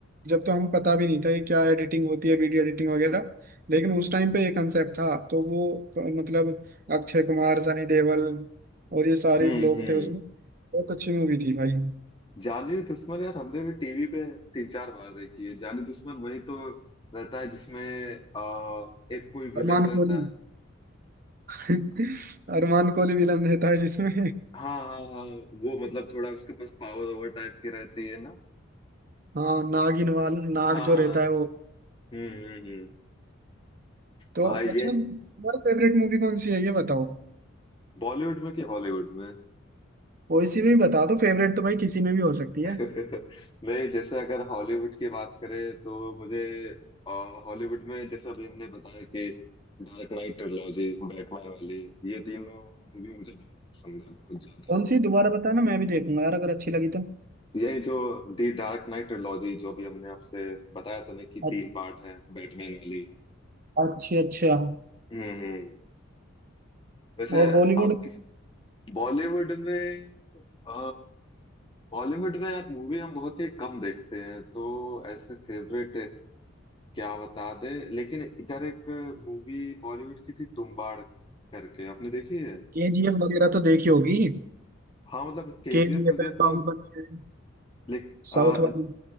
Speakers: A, on the right; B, on the left.
A: जब तो हम पता भी नहीं था ये क्या एडिटिंग होती है वीडियो एडिटिंग वगैरह लेकिन उस टाइम पे ये कंसेप्ट था तो वो अ, मतलब अक्षय कुमार सनी देओल और ये सारे
B: हम्म
A: लोग
B: हम्म।
A: थे उसमें बहुत अच्छी मूवी थी भाई
B: जानी दुश्मन यार हमने भी टीवी पे तीन चार बार देखी है जानी दुश्मन वही तो रहता है जिसमें आ, एक कोई विलेन
A: अरमान
B: रहता
A: कोहली
B: है
A: <laughs> अरमान कोहली विलन रहता है जिसमें
B: हाँ हाँ हाँ वो मतलब थोड़ा उसके पास पावर ओवर टाइप की रहती है ना
A: हाँ नागिन वाल नाग
B: हाँ
A: जो रहता है वो
B: हम्म हम्म हम्म।
A: तो
B: भाई
A: अच्छा
B: ये
A: तुम्हारा फेवरेट मूवी कौन सी है ये बताओ
B: बॉलीवुड में कि हॉलीवुड में
A: कोई सी भी बता दो फेवरेट तो भाई किसी में भी हो सकती है
B: <laughs> नहीं जैसे अगर हॉलीवुड की बात करें तो मुझे अ, हॉलीवुड में जैसे अभी हमने बताया कि डार्क नाइट ट्रिलॉजी बैटमैन वाली ये तीनों मूवी मुझे बहुत पसंद है बहुत ज्यादा
A: कौन सी दोबारा बताना मैं भी देखूंगा यार अगर अच्छी लगी तो
B: यही जो दी डार्क नाइट ट्रिलॉजी जो अभी हमने आपसे बताया था ना कि
A: अच्छा
B: तीन पार्ट है बैटमैन वाली
A: अच्छा अच्छा
B: हम्म हम्म। वैसे
A: और बॉलीवुड
B: आप बॉलीवुड में अ, बॉलीवुड में यार मूवी हम बहुत ही कम देखते हैं तो ऐसे फेवरेट क्या बता दे लेकिन इधर एक मूवी बॉलीवुड की थी तुम्बाड़ करके आपने देखी है
A: केजीएफ वगैरह तो देखी होगी
B: हाँ मतलब केजीएफ
A: केजीएफ
B: वजीएफ
A: है बाहुबली
B: तो
A: है
B: लेक, अ,
A: साउथ वाली